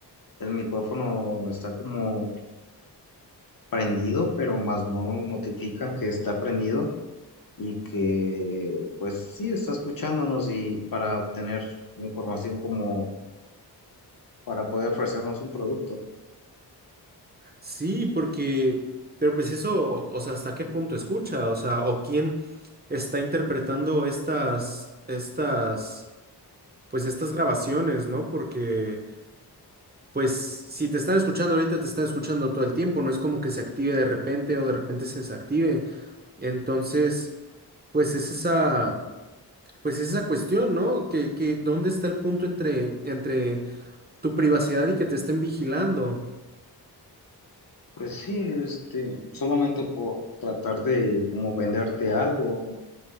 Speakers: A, on the left (about 55°); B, on the right (about 25°).
A: el micrófono está como prendido, pero más no nos notifican que está prendido y que pues sí está escuchándonos y para obtener información como para poder ofrecernos un producto.
B: Sí, porque, pero pues eso, o sea, ¿hasta qué punto escucha? O sea, ¿o quién está interpretando estas, estas, pues estas grabaciones, ¿no? Porque, pues, si te están escuchando ahorita, te están escuchando todo el tiempo, no es como que se active de repente o de repente se desactive. Entonces, pues es esa, pues es esa cuestión, ¿no? Que, que, ¿dónde está el punto entre, entre tu privacidad y que te estén vigilando?
A: Pues sí, este, solamente por tratar de como venderte algo,